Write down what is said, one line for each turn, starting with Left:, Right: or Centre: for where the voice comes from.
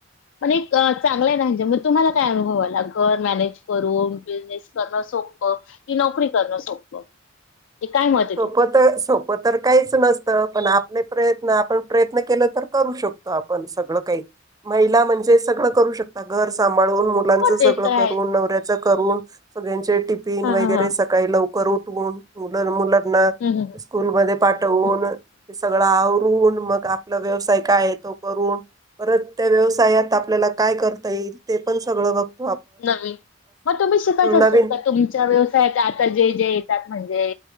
Left: पण एक चांगलंय ना म्हंजे मं तुम्हाला काय अनुभव आला, घर मॅनेज करून बीझनेस करणं सोप्पं की नोकरी करणं सोप्पं. ती काय मत
Right: सोपं तं सोप् -पं तर काईचं नसतं, पण आपले प्रयत्न, आपण प्रयत्न केलं तर करू शकतो आपण सगळं काई. महिला म्हणजेच सगळं करू शकतात घर सांभळूनं, मुलांच
Left: हो ते
Right: सगळं
Left: तर आहेच
Right: करूनं, नवर्याचं करूनं, सगळ्यांचे टिप् -फीनं
Left: हा
Right: वगैरे
Left: हा हा
Right: सकाळी लवकर उठवून मुलं-मुलं‌ -ना
Left: हम्म
Right: स्कुल मध्ये पाठवूनं
Left: हम्म
Right: सगळं आवरून मग आपला व्यवसाय काये तो करून परत त्या व्यवसायात आपल्याला काय करता येईल, ते पण सगळं बघ
Left: नवीन मं तुमी शिकायचं असतात
Right: नवीन
Left: का तुमच्या व्यवसायात आता जे जे येतातं म्हणजे